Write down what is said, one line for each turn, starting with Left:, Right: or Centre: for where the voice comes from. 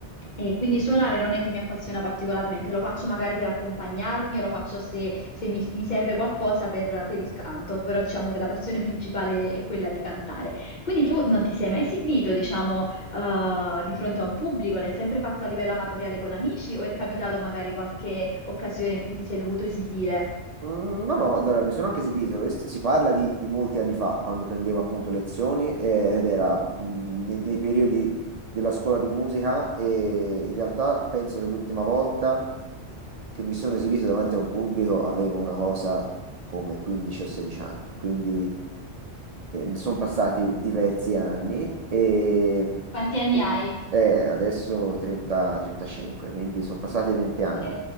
Left: e quindi suonare non è che mi appassiona particolarmente, lo faccio magari per accompagnarmi o lo faccio se, se mi, mi serve qualcosa per, per il canto, però diciamo che la passione principale è quella di cantare. Quindi tu non ti sei mai esibito, diciamo, eh, di fronte a un pubblico? L'hai sempre fatto a livello amatoriale con amici o è capitato magari qualche occasione in cui ti sei dovuto esibire?
Right: Mm, No, no, allora mi sono anche esibito, questo- si parla di, di molti anni fa, quando prendevo appunto lezioni eh, ed era mm, nei, nei periodi della scuola di musica e in realtà penso che l'ultima volta che mi sono esibito davanti a un pubblico avevo una cosa come 15 o 16 anni, quindi sono passati diversi anni e,
Left: Quanti anni
Right: e-
Left: hai?
Right: eh, adesso 30, 35, quindi sono passati 20
Left: Ok.
Right: anni.